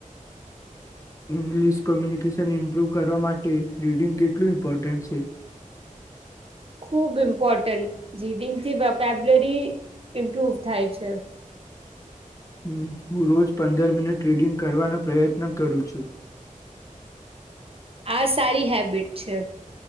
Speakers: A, on the left; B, on the right.
A: ઇંગ્લિશ કોમ્યુનિકેશન ઇમ્પ્રૂવ કરવા માટે રીડિંગ કેટલું ઇમ્પોર્ટન્ટ છે?
B: ખૂબ ઇમ્પોર્ટન્ટ રીડિંગ થી વોકેબુલરી ઇમ્પ્રુવ થાય છે.
A: હમ હું રોજ પંદર મિનિટ રીડિંગ કરવાનો પ્રયત્ન કરું છું.
B: આ સારી હેબિટ છે.